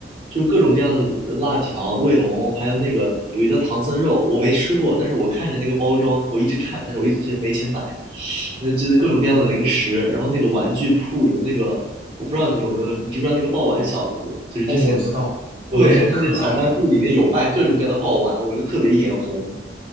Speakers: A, on the right (about 30°); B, on the right (about 50°).
A: 就是各种各样的辣条、卫龙，还有那个有一个叫唐僧肉，我没吃过，但是我看着那个包装，我一直看，但是我一直没钱买。那就是各种各样的零食，然后那个玩具铺有那个，我不知道你有没有，你知不知道那个爆丸小子，就是之前的，
B: 哦，我知道，我那时候可爱玩儿
A: 对，他那个小卖部里面有卖各种各样的爆丸，我就特别眼红。